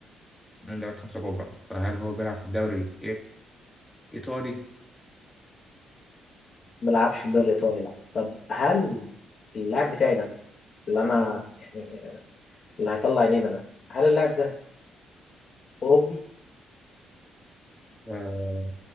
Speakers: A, in the centre; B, on the left (about 45°).
A: من دوري خمسة كبرى فهل هو بيلعب في الدوري الإيطالي
B: ما بيلعبش في الدوري الايطالي لا طب هل اللاعب بتاعي ده اللي انا يعني اللي هيطلع عينينا ده هل اللاعب ده اوروبي
A: آه،